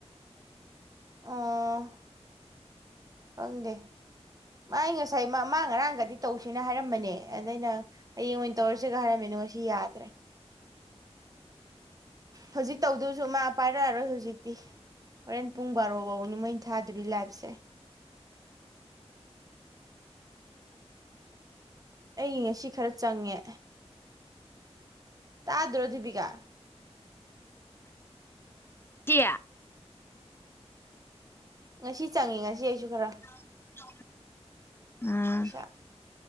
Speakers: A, on the right; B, on the left.
A: ꯑꯣ ꯈꯪꯗꯦ ꯃꯥꯥꯏ ꯉꯁꯥꯏ ꯃꯥ ꯉꯔꯥꯡꯒꯗꯤ ꯇꯧꯁꯦꯅ ꯍꯥꯏꯔꯝꯕꯅꯦ ꯑꯗꯩ ꯑꯩꯅ ꯍꯌꯦꯡ ꯑꯣꯏꯅ ꯇꯧꯔꯁꯤꯒ ꯍꯥꯏꯔꯝꯃꯤꯗꯣ ꯉꯁꯤ ꯌꯥꯗ꯭ꯔꯦ ꯍꯧꯖꯤꯛ ꯇꯧꯗꯣꯁꯨ ꯃꯥ ꯄꯥꯏꯔꯛꯑꯔꯣꯏ ꯍꯧꯖꯤꯛꯇꯤ ꯍꯣꯔꯦꯟ ꯄꯨꯡ ꯕꯥꯔꯣꯐꯧꯅꯤ ꯃꯣꯏ ꯊꯥꯗꯧꯔꯤ ꯂꯥꯏꯕꯁꯦ ꯑꯩ ꯉꯁꯤ ꯈꯔ ꯆꯪꯉꯦ ꯇꯗ꯭ꯔꯣ ꯗꯤꯕꯤꯀꯥ
B: <inaudible> ꯇꯤ <inaudible>
A: ꯉꯁꯤ ꯆꯪꯉꯤ ꯉꯁꯤ ꯑꯩꯁꯨ ꯈꯔ
B: <inaudible> ꯑꯥ
A: ꯄꯩꯁꯥ